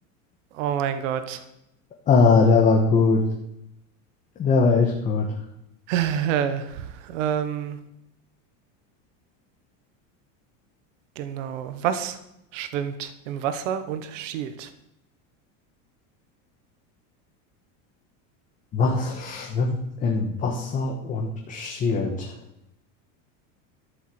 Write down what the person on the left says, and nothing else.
Ah, der war gut. Der war echt gut.
Was schwimmt in Wasser und schielt?